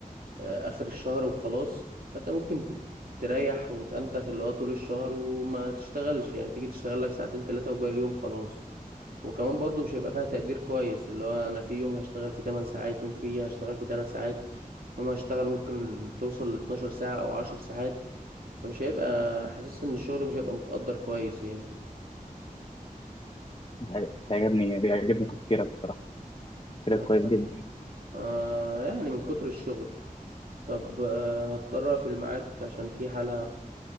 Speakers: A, on the right; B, on the left.
A: آه، آخر الشهر وخلاص فأنت ممكن تت- تريح وتأنتخ اللي هو طول الشهر وما تشتغلش يعني تيجي تشتغل لك ساعتين تلاتة وباقي اليوم خلاص وكمان برضو مش هيبقى فيها تقدير كويس اللي هو انا في يوم هشتغل فيه 8 ساعات يوم فيه هشتغل فيه 3 ساعات يوم هشتغل ممكن توصل ل 12 ساعة او 10 ساعات فمش هيبقى حاسس ان الشغل مش هيبقى متقدر كويس يعني
B: دي حقيقة. بيعجبني بيعجبني تفكيرك بصراحة تفكيرك
A: ما
B: كويس جدا
A: آه يعني من كتر الشغل طب آه هضطر اقفل معاك عشان في حالة